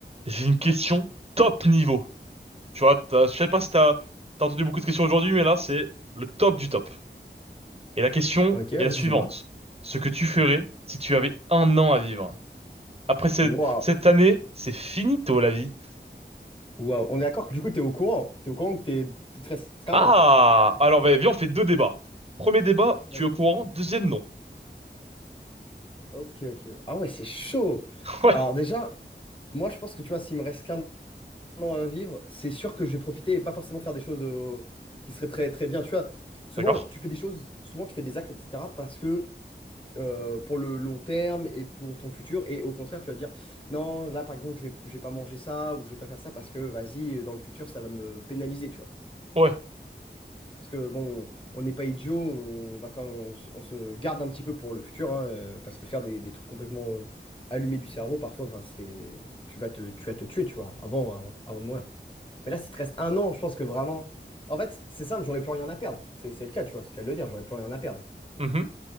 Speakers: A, on the right (about 35°); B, on the left (about 30°).
A: J'ai une question top niveau. Tu vois, t'as- je sais pas si t'as t'as entendu beaucoup de questions aujourd'hui, mais là, c'est le top du top. Et la question
B: Ok, vas-y,
A: est la suivante.
B: dis-moi.
A: Ce que tu ferais si tu avais un an à vivre. Après cette,
B: Waouh,
A: cette année, c'est finito la vie.
B: waouh. On est d'accord que du coup, t'es au courant. T'es au courant que t'es il te reste qu'un
A: Ah!
B: an, quoi.
A: Alors, bah, viens, on fait deux débats. Premier débat,
B: Vas-y.
A: tu es au courant. Deuxième, non.
B: Ok, ok. Ah ouais, c'est chaud.
A: <laughs> Ouais,
B: Alors déjà, moi, je pense que tu vois, s'il me reste qu'un an à vivre, c'est sûr que je vais profiter et pas forcément faire des choses euh, qui seraient très, très bien. Tu vois, souvent,
A: d'accord.
B: tu fais des choses, souvent, tu fais des actes, etc. parce que euh, pour le long terme et pour ton futur. Et au contraire, tu vas dire, non, là, par exemple, je vais, je vais pas manger ça ou je vais pas faire ça parce que, vas-y, dans le futur, ça va me pénaliser, tu vois.
A: Ouais.
B: Parce que bon, on n'est pas idiot, on va quand même- on, se on se garde un petit peu pour le futur, hein, euh, parce que faire des, des trucs complètement euh, allumés du cerveau, parfois, ben, c'est, tu vas te, tu vas te tuer, tu vois, avant, avant, avant de mourir. Mais là, si te reste un an, je pense que vraiment, en fait, c'est simple, j'aurais plus rien à perdre. C'est c'est le cas, tu vois, c'est le cas de le dire, j'aurais plus rien à perdre.
A: Mhm.